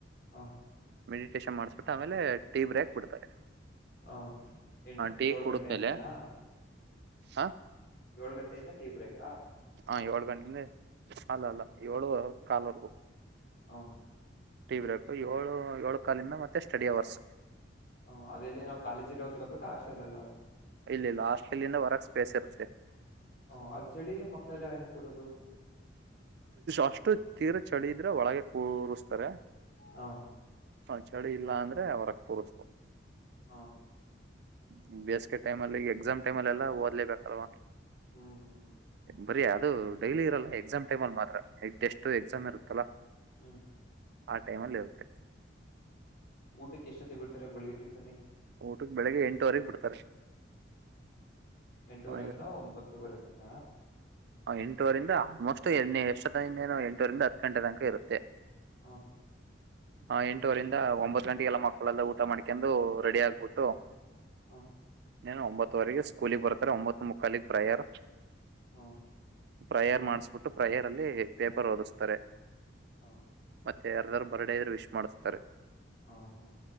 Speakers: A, on the left (about 55°); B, on the right (about 60°).
A: ಹಾ
B: ಮೆಡಿಟೇಷನ್ ಮಾಡಸ್ಬಿಟ್ಟು ಆಮೇಲೆ ಟೀ ಬ್ರೇಕ್ ಬಿಡ್ತಾರೆ
A: ಹ ಎಂ
B: ಟೀ
A: ಏಳ್
B: ಕುಡಿದ್ಮೇಲೆ
A: ಗಂಟೆ ಎಂತಾನ
B: ಹಾ
A: ಏಳು ಗಂಟೆಯಿಂದ ಟ ಬ್ರಕ್
B: ಹಾ ಏಳ್ ಗಂಟಿಂದ ಅಲ್ಲ ಅಲ್ಲ ಏಳು ಕಾಲವರೆಗೂ
A: ಹ
B: ೀ ಬ್ರು ಏಳು ಏಳು ಕಾಲಿಂದ ಮತ್ತೆ ಸ್ಟಡಿ ಅವರ್ಸ್
A: ಹ್ಮ್ ಅದೆಲ್ಲಿ ನಾವು ಕಾಲೇಜಲ್ಲಿ ಓದ್ಕೋಬೇಕಾ ಆಶಳಲ್ಲ
B: ಇಲ್ಲ ಇಲ್ಲ ಆಸ್ಟ್ರೇಲಿಯಿಂದ ಹೊರಕ್ ಸ್ಪೇಸ್ ಇರುತ್ತೆ
A: ಹ ಅಲ್ಲಿ ಚಳಿಲಿ ಮಕ್ಳೆಲ್ಲ ಹೆಂಗ ಕೂರದು
B: ಅಷ್ಟು ತೀರ ಚಳಿ ಇದಿದ್ರೆ ಒಳಗೆ ಕೂಸ್ತಾರೆ
A: ಹ
B: ಹ ಚಳಿ ಇಲ್ಲ ಅಂದ್ರೆ ಅವರಗ್ ಕೂರ್ಸ್ತು
A: ಹಾ
B: ಹ್ಮ್ ಬೇಸ್ಿಗೆ ಟೈಮಲ್ಲಿ ಈ ಎಕ್ಸಾಮ್ ಟೈಮಲ್ಲಿ ಎಲ್ಲಾ ಓದ್ೇಬೇಕಲ್ವಾ
A: ಹ್ಮ್ ಹ್ಮ್
B: ಬರಿೀ ಅದು ಡೈಲಿ ಇರಲ್ಲ ಎಕ್ಸಾಮ್ ಟೈಮ ಅಲ್ಲಿ ಮಾತ್ರ ಟೆಸ್ಟ್ ಎಕ್ಸಾಮ್ ಇರುತ್ತಲ್ಲಾ
A: ಹ್ಮ್
B: ಆ ೈಮ ಅಲ್ಲಿ ಇರುತ್ತೆ
A: ಊಟಕ್ಕೆ ಎಷ್ಟೊತ್ತಿ ಬಿಡ್ತಾರೆ ಬೆಳಗ್ಗೆ ಟ
B: ಊಟಕ್ಕೆ ಬೆಳಿಗ್ಗೆ ಎಂಟುವರೆಗ್ ಬಿಡ್ತಾರೆ
A: ಎಂಟುವರೆಯಿಂದ
B: ಆ,
A: ಒಂಬತ್ತವರೆ ತನಕ
B: ಎಂಟೂುವರಿಂದ ಆಲ್ಮೋಸ್ಟ್ ಎಷ್ಟೇನ ಎಂಟೂರಿಂದ ಹತ್ತು ಗಂಟೆ ತನಕ ಇರುತ್ತೆ
A: ಹಾ
B: ಹ ಎಂಟೂುವರಿಂದ ಒಂಬತ್ ಗಂಟೆಗೆ ಎಲ್ಲ ಮಕ್ಕಳೆಲ್ಲ ಊಟ ಮಾಡ್ಕೊಂಡು ರೆಡಿ ಆಗ್ಬಿಟ್ಟು
A: ಹ
B: ನು ಒಂಬತ್ತುವರೆಗೆ ಸ್ಕೂಲಗ್ ಬರ್ತಾರೆ ಒಂಬತ್ತು ಮುಕ್ಕಾಲಗ್ ಪ್ರಯರ್
A: ಹಾ
B: ಫ್ರೈಯರ್ ಮಾಡಿಸಬಿಟ್ಟು ್ರೈಯರ್ ಅಲ್ಲಿ ಪೇಪರ್ ಓದಿಸ್ತಾರೆ
A: ಹ
B: ಮತ್ತೆ ಯಾರಾರ್ ಬರಡೆ ಇದ್ರೆ ವಿಶ್ ಮಾಡಿಸ್ತಾರೆ
A: ಹಾ ಹಾ